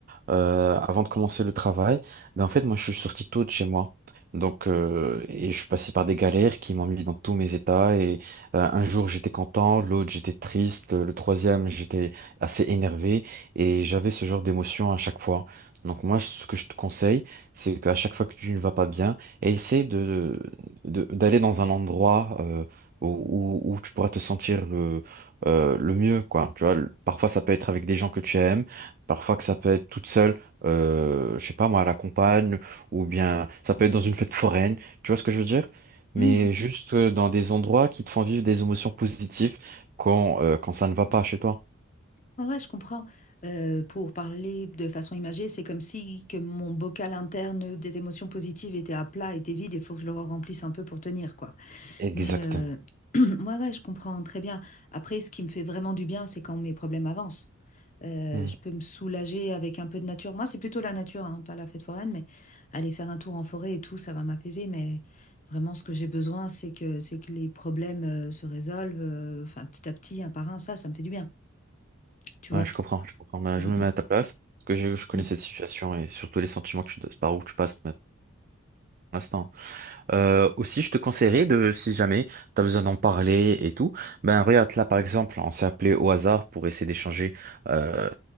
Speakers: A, on the right; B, on the left.
A: euh, avant de commencer le travail, ben en fait, moi, je suis sorti tôt de chez moi. Donc, euh, et je suis passé par des galères qui m'ont mis dans tous mes états. Et euh, un jour, j'étais content, l'autre, j'étais triste, le troisième, j'étais assez énervé. Et j'avais ce genre d'émotion à chaque fois. Donc, moi, ce que je te conseille, c'est qu'à chaque fois que tu ne vas pas bien, essaie de, de- d'aller dans un endroit euh, où, où- où tu pourras te sentir le, euh, le mieux, quoi. Tu vois, le- parfois, ça peut être avec des gens que tu aimes. Parfois que ça peut être toute seule, euh, je sais pas moi, à la campagne, ou bien ça peut être dans une fête foraine, tu vois ce que je veux dire? Mais
B: Mhm.
A: juste euh, dans des endroits qui te font vivre des émotions positives quand, euh, quand ça ne va pas chez toi.
B: Ouais, ouais, je comprends. Euh, pour parler de façon imagée, c'est comme si que mon bocal interne des émotions positives était à plat, était vide, il faut que je le remplisse un peu pour tenir, quoi.
A: Exactement.
B: Mais euh, <clears throat> ouais, ouais, je comprends très bien. Après, ce qui me fait vraiment du bien, c'est quand mes problèmes avancent. Euh,
A: Hmm.
B: je peux me soulager avec un peu de nature. Moi, c'est plutôt la nature, hein, pas la fête foraine, mais aller faire un tour en forêt et tout, ça va m'apaiser. Mais vraiment, ce que j'ai besoin, c'est que, c'est que les problèmes euh, se résolvent, euh, enfin, petit à petit, un par un. Ça, ça me fait du bien, tu
A: Ouais,
B: vois.
A: je comprends, je comprends. Ben,
B: Mm,
A: je me
B: mm,
A: mets à ta place, parce que je, je connais
B: mm.
A: cette situation et surtout les sentiments que tu, par où tu passes maintenant. Euh, aussi, je te conseillerais de, si jamais tu as besoin d'en parler et tout, ben regarde là par exemple, on s'est appelé au hasard pour essayer d'échanger euh,